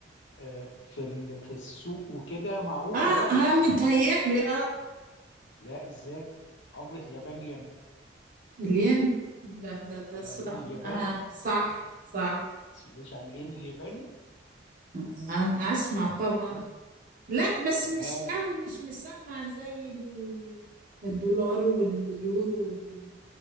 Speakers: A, on the left; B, on the right.
A: آه، في ال- في السوق وكده معروفة
B: أه
A: يعني
B: أه متهيألي أه
A: لا ازاي عملة اليابان الين
B: الين لا ده ده
A: اه
B: صح
A: الين الياباني
B: أه
A: ما
B: صح صح
A: تسمعيش عن الين الياباني
B: أه أسمع طبعا لا بس
A: تمام
B: مش قوي مش مسمع زي ال- الدولار واليورو وال-